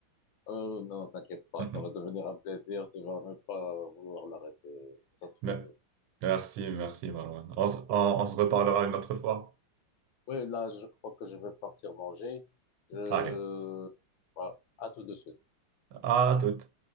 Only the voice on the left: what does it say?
Euh, non, t'inquiète pas,
ça va devenir un plaisir, tu vas même pas vouloir l'arrêter, ça se finit.
Euh,
Oui, là, je crois que je vais partir manger. Je...
Bah, à tout de suite.